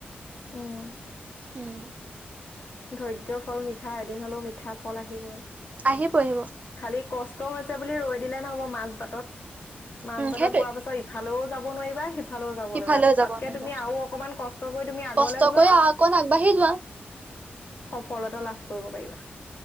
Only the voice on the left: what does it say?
উম
ধৈ্য ফল মিঠা এদিন হলেও মিঠা ফল আহিবই
খালি কষ্ট হৈছে বুলি ৰৈ দিলে নহ'ব মাছ বাটত মাছ
বাটত
প পাছত ভালেও যাব নোৱাৰিবা সেই ফালেও যাব
নোৱাৰিবা
তাতকে
তুমি আৰু অকনমান কষ্ট কৰি তুমি আগলে
যোৱা
সফলতা লাভ কৰিব পাৰিবা